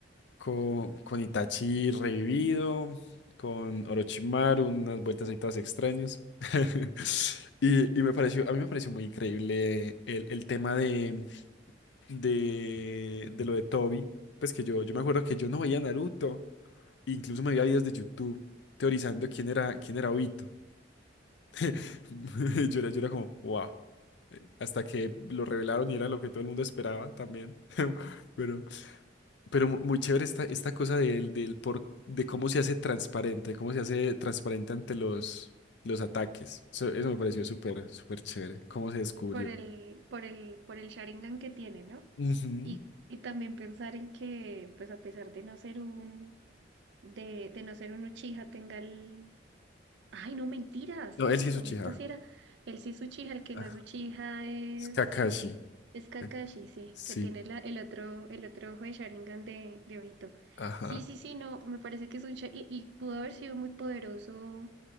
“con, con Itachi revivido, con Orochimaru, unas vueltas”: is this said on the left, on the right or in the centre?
Left